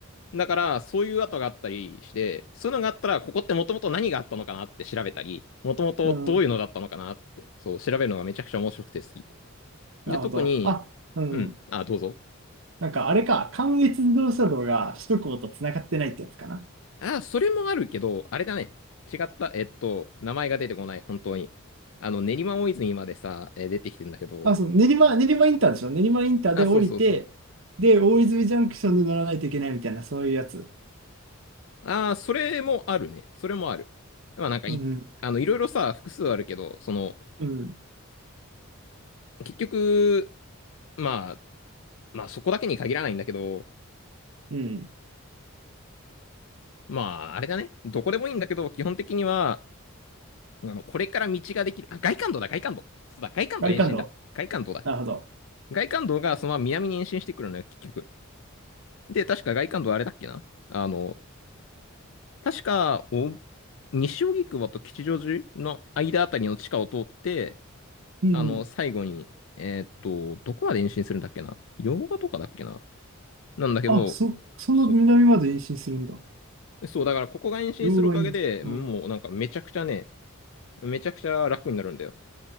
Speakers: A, on the left; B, on the right.
A: だから、そういう跡があったりして、そういうのがあったら、ここってもともと何があったのかなって調べたり、もともとどういうのだったのかなって、
B: うん。
A: そう、調べるのがめちゃくちゃ面白くて好き。
B: なるほど。
A: で、特に、
B: あ、うん。
A: うん、あ、どうぞ。
B: なんかあれか、関越自動車道が首都高と繋がってないってやつかな。
A: あ、それもあるけど、あれだね。違った、えっと、名前が出てこない、本当に。あの、練馬大泉までさ、えー出てきてんだけど、
B: あ、そう、練馬、練馬インターでしょ練馬インターで降りて、
A: あ、そうそうそう。
B: で、大泉ジャンクションで乗らないといけないみたいな、そういうやつ。
A: ああ、それもあるね。それもある。まあなんかい、
B: うん、
A: あの、いろいろさ、複数あるけど、その、
B: うん、
A: 結局、まあ、まあそこだけに限らないんだけど、
B: うん。
A: まあ、あれだね。どこでもいいんだけど、基本的には、あの、これから道ができる。あ、外環道だ、外環道。そうだ、外環道延伸だ。
B: ガリカンド。
A: 外環道だ。
B: なるほど。
A: 外環道がそのまま南に延伸してくるのよ、結局。で、確か外環道あれだっけなあの、確か、お、西荻窪と吉祥寺の間あたりの地下を通って、
B: うん、
A: あの、
B: うん。
A: 最後に、えーっと、どこまで延伸するんだっけな洋画とかだっけななんだけど、
B: あ、そ、そんな南まで延伸するんだ。
A: そう。そう、だからここが延伸するおかげで、
B: 両側に。
A: もうなんかめちゃくちゃね、
B: うん
A: めちゃくちゃ楽になるんだよ。